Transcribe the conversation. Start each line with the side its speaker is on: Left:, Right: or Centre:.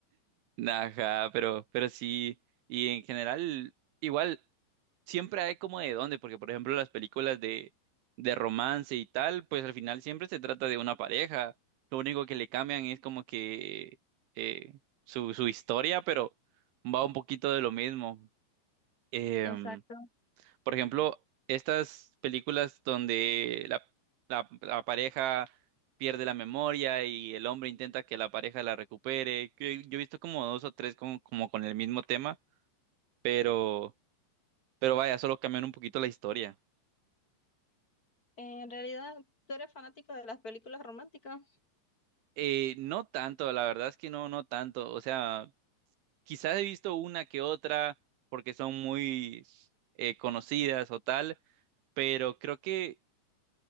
Right: Ajá, pero, pero sí, y en general, igual, siempre hay como de dónde, porque por ejemplo las películas de, de romance y tal, pues al final siempre se trata de una pareja, lo único que le cambian es como que eh, su, su historia, pero va un poquito de lo mismo. Em,
Left: Exacto.
Right: por ejemplo, estas películas donde la, la- la pareja pierde la memoria y el hombre intenta que la pareja la recupere, que yo he visto como dos o tres con- como con el mismo tema, pero, pero vaya, solo cambian un poquito la historia.
Left: En realidad, ¿tú eres fanático de las películas románticas?
Right: Eh, no tanto, la verdad es que no, no tanto. O sea, quizás he visto una que otra porque son muy eh, conocidas o tal, pero creo que